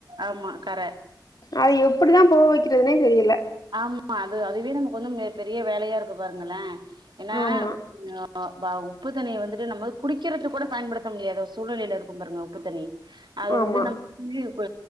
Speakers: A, on the right; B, on the left.
A: ஆமா கர
B: அது எப்புடிதா போவ வெக்கிறதுனே தெரில
A: ஆமா அது அதுவே நமக்கு வந்து மிக பெரிய வேலயா இருக்கு பாருங்களே ஏனா
B: ஆமா
A: அ வ உப்பு தண்ணிய வந்துட்டு நம்ம குடிக்கிறதுக்கு கூட பயன்டுத்த முடியாத ஒரு சூழ்நிலே இருக்கு பாருங்க உப்பு தண்ணி அது
B: ஆமா
A: வந்து நம் தண்ணிய இப்ப